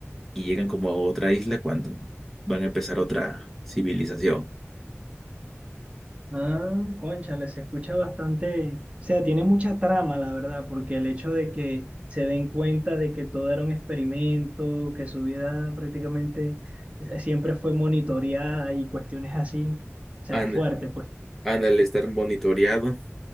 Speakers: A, in the centre; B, on the right.
A: y llegan como a otra isla cuando van a empezar otra civilización.
B: Ah, cónchale, se escucha bastante. O sea, tiene mucha trama, la verdad, porque el hecho de que se den cuenta de que todo era un experimento, que su vida prácticamente eh, siempre fue monitoreada y cuestiones así, o sea,
A: anda
B: es fuerte, pues.
A: Ana, al estar monitoreado